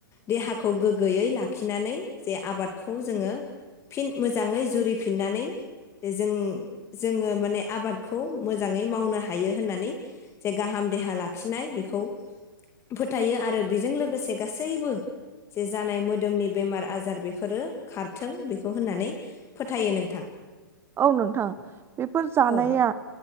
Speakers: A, on the left; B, on the right.
A: देहाखौ गोग्गोयै लाखिनानै जे आबादखौ जोङो फिन मोजाङै जुरिफिननानै जों जों जोङो माने आबादखौ मोजाङै मावनो हायो होननानै जे गाहाम देहा लाखिनाय बेखौ फोथायो आरो बेजों लोगोसे गासैबो जे जानाय मोदोमनि बेमार आजार बेफोरो खारथों बेखौ होननानै फोथायो नोंथां
B: औ नोंथां बेफोर जानाया
A: औ